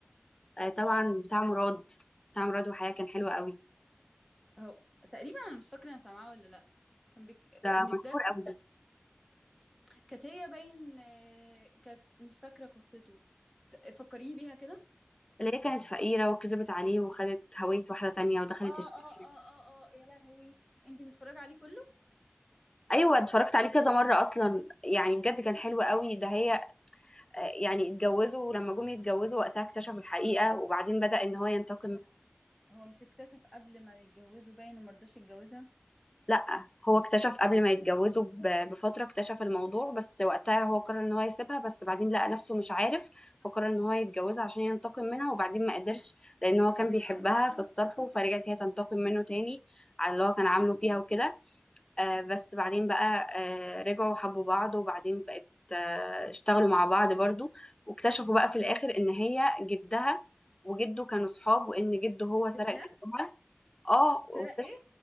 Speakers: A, on the left; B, in the centre.
A: آه، طبعا بتاع مراد بتاع مراد وحياة كان حلو قوي
B: اهو تقريبا انا مش فاكره انا سامعاه ولا لا كان بك...
A: ده
B: مش
A: مشهور
B: ده
A: قوي ده
B: كانت هي باين آه، كانت مش فاكره قصته ت- فكريني بيها كده
A: اللي هي كانت فقيرة وكذبت عليه وخدت هوية واحدة تانية ودخلت
B: اه
A: الشركة
B: اه اه اه اه يا لهوي انت متفرجه عليه كله
A: ايوه اتفرجت عليه كذا مرة اصلا يعني بجد كان حلو قوي ده هي آه، يعني اتجوزوا لما جم يتجوزوا وقتها اكتشف الحقيقة وبعدين بدأ ان هو ينتقم
B: هو مش اكتشف قبل ما يتجوزوا باين وما رضاش يتجوزها
A: لا هو اكتشف قبل ما يتجوزوا ب- بفترة اكتشف الموضوع بس وقتها هو قرر ان هو يسيبها بس بعدين لقى نفسه مش عارف فقرر ان هو يتجوزها عشان ينتقم منها وبعدين ما قدرش لان هو كان بيحبها فاتصالحوا فرجعت هي تنتقم منه تاني على اللي هو كان عامله فيها وكده آه، بس بعدين بقى آه، رجعوا حبوا بعض وبعدين بقت آه، اشتغلوا مع بعض برضو واكتشفوا بقى في الآخر إن هي جدها وجده كانوا صحاب وإن جده هو سرق
B: بالله
A: جدها اه
B: سرق
A: واكتشف-
B: ايه